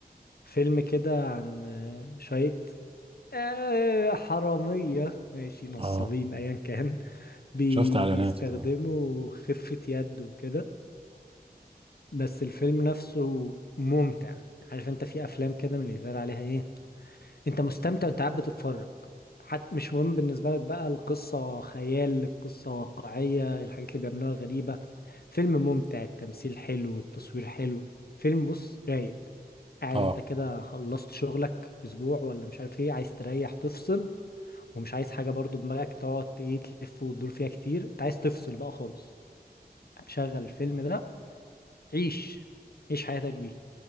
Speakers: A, on the left; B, on the right.
A: فيلم كده عن آه، شوية آه، حرامية ماشي نصابين
B: اه
A: ايا كان بي
B: شفت اعلاناته
A: بيستخدموا
B: طبعا
A: خفة يد وكده بس الفيلم نفسه ممتع عارف انت في افلام كده من اللي يتقال عليها ايه انت مستمتع وانت قاعد بتتفرج حتى مش مهم بالنسبه لك بقى القصه خيال القصه واقعيه الحاجات اللي بيعملوها غريبه فيلم ممتع التمثيل حلو التصوير حلو فيلم بص رايق قاعد
B: اه
A: انت كده خلصت شغلك اسبوع ولا مش عارف ايه عايز تريح تفصل ومش عايز حاجه برضو دماغك تقعد ايه تلف وتدور فيها كتير انت عايز تفصل بقى خالص شغل الفيلم ده عيش عيش حياتك بيه